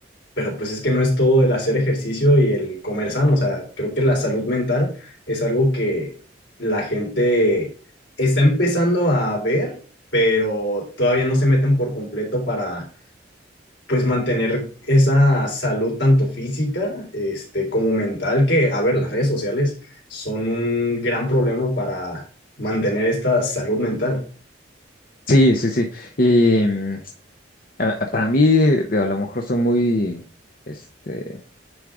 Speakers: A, on the left (about 70°); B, on the left (about 50°).
A: Pero pues es que no es todo el hacer ejercicio y el comer sano, o sea, creo que la salud mental es algo que la gente está empezando a ver, pero todavía no se meten por completo para pues mantener esa salud tanto física este, como mental, que, a ver, las redes sociales son un gran problema para mantener esta salud mental.
B: Sí, sí, sí. Y mm, a- a- para mí, digo, a lo mejor soy muy, este,